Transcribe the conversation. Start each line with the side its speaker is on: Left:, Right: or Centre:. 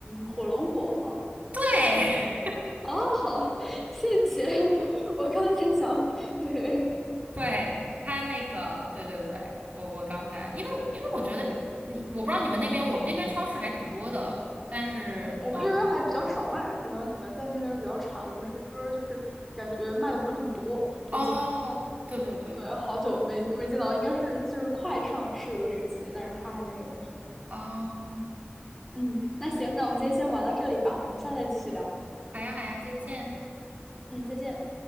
Centre: 火龙果吗？
Right: 对
Centre: 哦，好，谢谢。<laughs> 我刚才想，对，
Right: <laughs> 对，他那个，对对对，我我刚才，因为因为我觉得你，我不知道你们那边，我们这边超市还挺多的，但是，
Centre: 我们这边儿还比较少卖，
Right: 嗯，
Centre: 可能你们在那边儿比较产，我们这边儿就是感觉卖的不是很多。最近，
Right: 哦，对对对，
Centre: 对，好久没没见到，应该是就是快上市的这个季节，但是它还没有。
Right: 哦，
Centre: 嗯，那行，那我们今天先玩到这里吧，我们下次再继续聊。
Right: 好呀好呀，再见。
Centre: 嗯，再见。